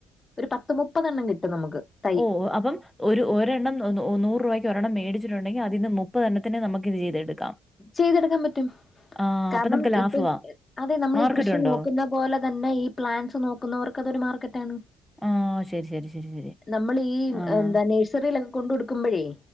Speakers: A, on the left; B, in the centre.
A: ഒരു പത്ത് മുപ്പതെണ്ണം കിട്ടും നമുക്ക്. തൈ
B: ഓഹ് അപ്പം. ഒരു ഒരെണ്ണം ന്ന് ന്നൂ ന്നൂറ് രൂപയ്ക്ക് ഒരെണ്ണം മേടിച്ചിട്ടുണ്ടെങ്കി അതിന്ന് മുപ്പതെണ്ണത്തിന്ന് നമക്കിത് ചെയ്തെടുക്കാം.
A: ചെയ്തെടുക്കാ പറ്റും
B: ആഹ്
A: കാരണം
B: അപ്പൊ നമുക്ക് ലാഭവാ
A: ഇപ്പം ഇ അതെ നമ്മളീ
B: മാർക്കറ്റ്
A: കൃഷി
B: ഉണ്ടോ
A: നോക്കുന്ന. പോല തന്നെ ഈ പ്ലാൻ്റ്സ് നോക്കുന്നവർക്കതൊരു മാർക്കറ്റാണ്.
B: ആഹ് ശരി ശരി ശരി ശരി
A: നമ്മളീ
B: ആഹ്
A: എന്താ നഴ്സറിയിലൊക്കെ കൊണ്ടു കൊടുക്കുമ്പഴേ.